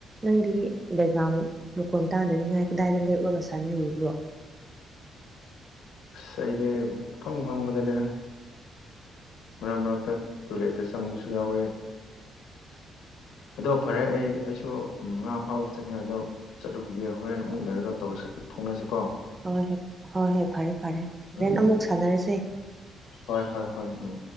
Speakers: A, on the right; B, on the left.
A: ꯅꯪꯗꯤ ꯕꯦꯛꯒ꯭ꯔꯥꯎꯟ ꯃꯈꯣꯟ ꯇꯥꯗꯅꯤꯉꯥꯏ ꯀꯗꯥꯏꯗ ꯂꯦꯞꯂꯒ ꯁꯥꯟꯅꯔꯤꯕ꯭ꯔꯣ
B: ꯑꯁ ꯑꯩꯗꯤ ꯐꯪ ꯐꯪꯕꯗꯅꯦ ꯃꯔꯛ ꯃꯔꯛꯇ ꯇꯣꯏꯂꯦꯠꯇ ꯆꯪꯕꯁꯨ ꯌꯥꯎꯋꯦ ꯑꯗꯣ ꯐꯔꯦ ꯑꯩ ꯑꯩꯁꯨ ꯉꯥ ꯐꯥꯕ ꯆꯠꯅꯤꯡꯉꯥꯏꯗꯣ ꯆꯠꯂꯨꯈꯤꯒꯦ ꯍꯣꯔꯦꯟ ꯑꯃꯨꯛ ꯂꯩꯔꯒ ꯇꯧꯔꯁꯤ ꯐꯥꯎꯅꯖꯤꯀꯣ
A: ꯍꯣ ꯍꯣ ꯍꯣꯏ ꯍꯣꯏ ꯍꯣꯏ ꯐꯔꯦ ꯐꯔꯦ ꯍꯣꯔꯦꯟ
B: ꯎꯝ
A: ꯑꯃꯨꯛ ꯁꯥꯟꯅꯔꯁꯦ
B: ꯍꯣꯏ ꯍꯣꯏ ꯍꯣꯏ ꯎꯝ